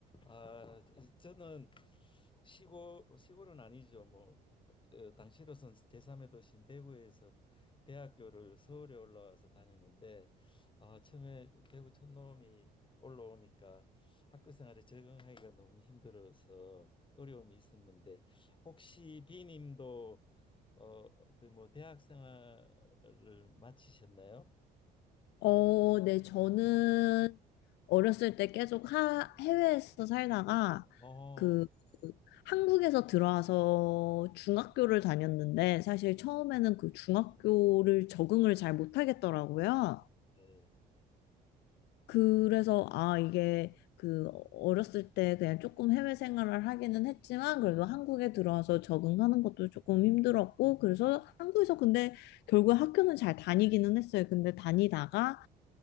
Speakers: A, on the left; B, on the left.
A: 아, 저는 시골 시골은 아니죠. 뭐 어, 당시로선 제3의 도시인 대구에서 대학교를 서울에 올라와서 다니는데 아, 처음에 대구 촌놈이 올라오니까 학교 생활에 적응하기가 너무 힘들어서 어려움이 있었는데 혹시 비님도 어, 어떤 뭐 대학 생활을 마치셨나요?
B: 어, 네, 저는 어렸을 때 계속 하, 해외에서 살다가
A: 어,
B: 그 한국에서 들어와서 중학교를 다녔는데 사실 처음에는 그 중학교를 적응을 잘 못하겠더라고요.
A: 네.
B: 그래서 아, 이게 그 어렸을 때 그냥 조금 해외 생활을 하기는 했지만 그래도 한국에 들어와서 적응하는 것도 조금 힘들었고 그래서 한국에서 근데 결국 학교는 잘 다니기는 했어요. 근데 다니다가